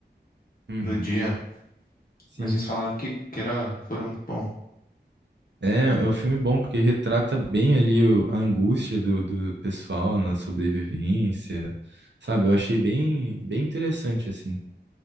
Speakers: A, on the right (about 75°); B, on the left (about 50°).
A: Uhum.
B: no dia.
A: Sim.
B: Mas eles falaram que, que era, que foram muito bom.
A: É, é um filme bom, porque retrata bem ali o- a angústia do, do pessoal na sobrevivência, sabe? Eu achei bem, bem interessante, assim.